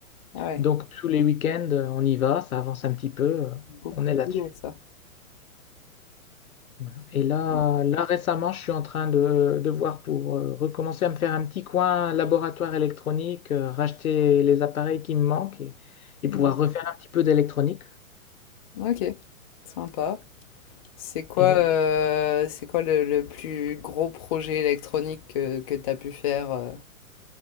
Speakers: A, on the left (about 25°); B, on the left (about 75°).
A: Ah ouais,
B: Donc, tous les week-ends, on y va, ça avance un petit peu, euh,
A: beaucoup
B: on est
A: de
B: là-dessus.
A: boulot, ça.
B: Voilà. Et là,
A: Ouais.
B: là, récemment, je suis en train de, de voir pour euh, recommencer à me faire un petit coin laboratoire électronique, euh, racheter les appareils qui me manquent et, et
A: Hmm,
B: pouvoir refaire un petit peu d'électronique.
A: Ok, sympa. C'est quoi,
B: Et
A: euh, c'est quoi le, le plus gros projet électronique que, que tu as pu faire euh